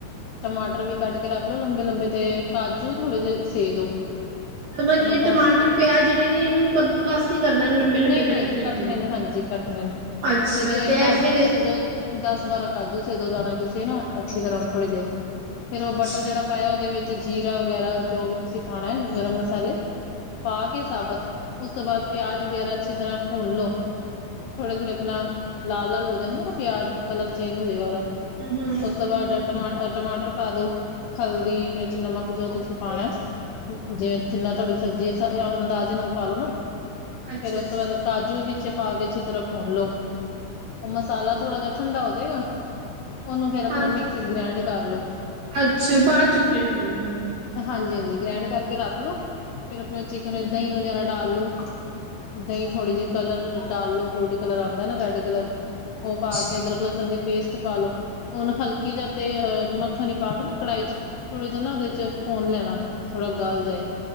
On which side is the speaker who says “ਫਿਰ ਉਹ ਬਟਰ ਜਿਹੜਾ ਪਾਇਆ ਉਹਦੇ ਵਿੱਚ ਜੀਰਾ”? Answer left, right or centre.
Left